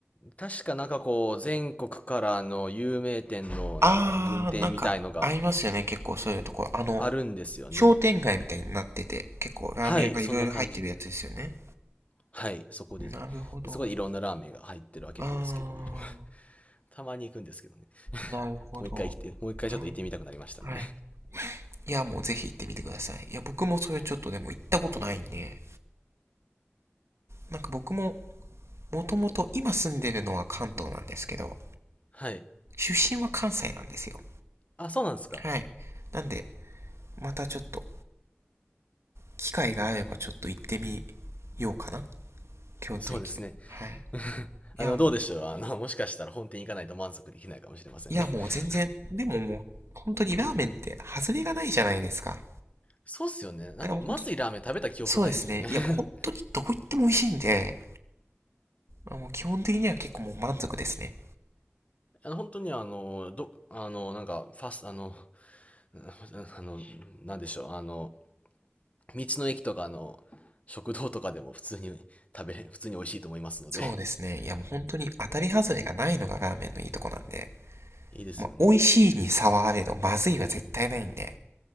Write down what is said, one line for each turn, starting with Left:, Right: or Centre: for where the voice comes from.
Left: 確かなんかこう、全国からの有名店のなんか分店みたいのが
Right: あー、なんか、合いますよね、結構そういうところ。あの、
Left: あるんですよね。
Right: 商店街みたいになってて、結構ラーメン屋がいろいろ入ってるやつですよね。
Left: はい、そんな感じで。はい、そこで。
Right: なるほど。
Left: でそこでいろんなラーメンが入ってるわけなんですけども。
Right: あ
Left: <laughs> たまに行くんですけどね。
Right: ー、なるほど。
Left: もう一回来て、もう一回ちょっと行ってみたくなりましたね。
Right: はい。はい。いや、もうぜひ行ってみてください。いや、僕もそれちょっとでも行ったことないんで、
Left: <laughs> はい。
Right: なんか僕も、もともと今住んでるのは関東なんですけど、
Left: はい。
Right: 出身は関西なんですよ。
Left: あ、そうなんですか。
Right: はい。なんで、またちょっと、機会があればちょっと行ってみようかな。京都駅の。
Left: そうですね。
Right: はい。
Left: <laughs>
Right: いや、
Left: あの、
Right: もう、
Left: どうでしょうあの、もしかしたら本店行かないと満足できないかもしれませんね。
Right: いやもう全然、
Left: <laughs>
Right: でももう、本当にラーメンって外れがないじゃないですか。
Left: そうっすよね。なんか、
Right: だからもう本当、
Left: まずいラーメン食べた記憶ないっすよね。
Right: そうですね。いやもう本当にどこ行っても美味しいんで、
Left: <laughs>
Right: もう基本的には結構もう満足ですね。
Left: あの、本当にあの、ど、あの、なんか、ファス、あの、<laughs> あの、なんでしょう。あの、道の駅とかの食堂とかでも普通に食べれ、普通に美味しいと思いますので。
Right: そうですね。いやもう本当に当たり外れがないのがラーメンのいいとこなんで、
Left: <laughs> いいですよね。
Right: まあ、美味しいに差はあれど、まずいは絶対ないんで。